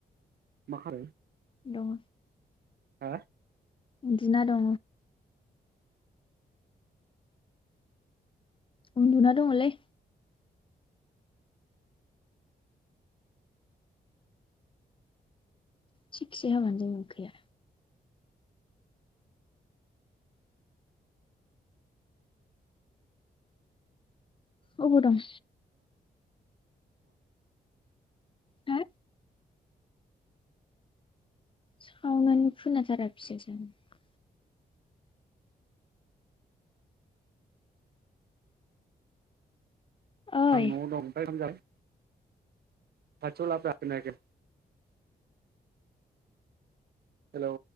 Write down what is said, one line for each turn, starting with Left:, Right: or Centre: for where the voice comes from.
Right: मा खालामो
Left: दङ
Right: हा
Left: उन्दुना दङ। उन्दुना दंलै। थिगसे हाबायानो दं अखाया। अबाव दं। हा सावनानो खोनाथाराखिसै जानो। ओइ
Right: आं न'आव दं ओमफ्राय ओंखाम जाबाय। खाथियाव लाब्रा खोनायाखै। हेलौ